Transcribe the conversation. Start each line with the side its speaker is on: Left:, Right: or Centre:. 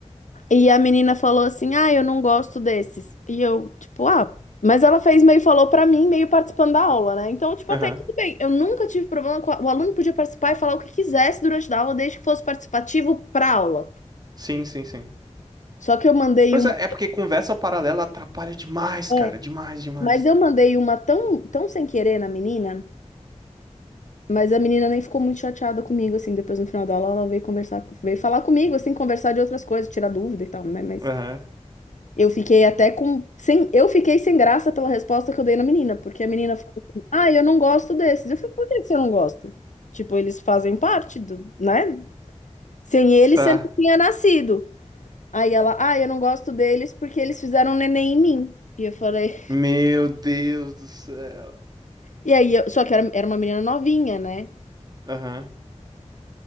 Left: E a menina falou assim, ah, eu não gosto desses. E eu, tipo, ah, mas ela fez meio, falou pra mim, meio participando da aula, né? Então, tipo,
Right: aham.
Left: até aí tudo bem, eu nunca tive problema com, a- o aluno podia participar e falar o que quisesse durante a aula, desde que fosse participativo pra aula.
Right: Sim, sim, sim.
Left: Só que eu mandei
Right: Pois
Left: uma...
Right: é, é porque conversa paralela atrapalha demais,
Left: É,
Right: cara. Demais, demais.
Left: mas eu mandei uma tão, tão sem querer na menina. Mas a menina nem ficou muito chateada comigo, assim. Depois, no final da aula, ela veio conversar, veio falar comigo, assim, conversar de outras coisas, tirar dúvida e tal, né? Mas
Right: Aham.
Left: eu fiquei até com, sem, eu fiquei sem graça pela resposta que eu dei na menina, porque a menina falou assim, ah, eu não gosto desses. Eu falei, por que que você não gosta? Tipo, eles fazem parte do, né? Sem eles,
Right: Tá.
Left: você não tinha nascido. Aí ela, ah, eu não gosto deles porque eles fizeram um neném em mim. E eu falei,
Right: Meu Deus do céu.
Left: e aí, eu- só que era, era uma menina novinha, né?
Right: Aham.